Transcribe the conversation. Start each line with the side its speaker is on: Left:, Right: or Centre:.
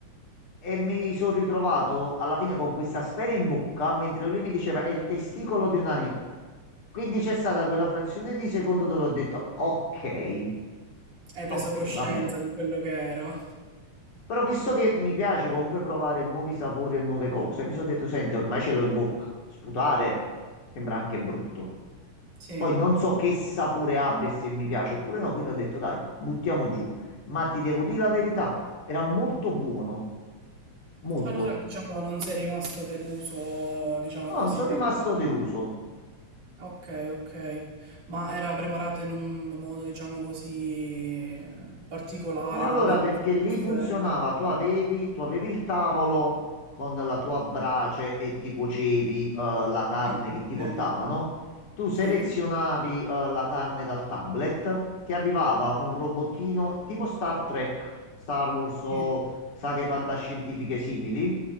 Left: e mi sono ritrovato alla fine con questa sfera in bocca mentre lui mi diceva è il testicolo di un animale. Quindi c'è stata quella frazione di secondo dove ho detto ok,
Right: preso
Left: ok,
Right: coscienza
Left: va bene.
Right: di quello che era.
Left: Però visto che mi piace comunque provare nuovi sapori e nuove cose, mi sono detto, senti, ormai ce l'ho in bocca. Sputare sembra anche brutto.
Right: Sì,
Left: Poi non so che sapore abbia e se mi piace oppure no, quindi ho detto dai, buttiamo giù. Ma ti devo dire la verità, era molto buono, molto.
Right: allora diciamo non sei rimasto deluso, diciamo
Left: Però
Right: così,
Left: non sono
Right: dal
Left: rimasto
Right: fatto.
Left: deluso.
Right: Ok, ok. Ma era preparata in un modo, diciamo così, eh, particolare,
Left: No, allora
Right: con delle
Left: perché
Right: salse.
Left: lì funzionava, tu avevi, tu avevi il tavolo con la tua brace e ti cuocevi eh, la carne
Right: Ah, ok.
Left: che ti portavano, tu selezionavi
Right: Sì,
Left: eh, la carne dal tablet, ti arrivava un robottino tipo Star Trek, Star Wars o
Right: sì,
Left: saghe fantascientifiche simili,